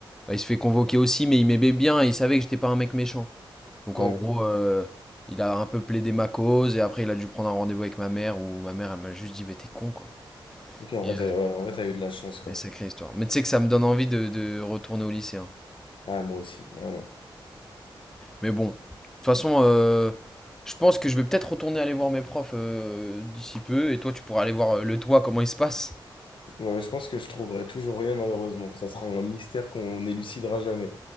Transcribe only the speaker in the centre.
bah, il se fait convoquer aussi, mais il m'aimait bien et il savait que j'étais pas un mec méchant. Donc
en gros, euh, il a un peu plaidé ma cause et après il a dû prendre un rendez-vous avec ma mère où ma mère elle m'a juste dit mais t'es con quoi.
Et,
euh,
mais sacrée histoire. Mais tu sais que ça me donne envie de, de retourner au lycée. hein.
Mais bon, de toute façon, euh, je pense que je vais peut-être retourner aller voir mes profs euh, d'ici peu et toi tu pourras aller voir euh, le toit comment il se passe.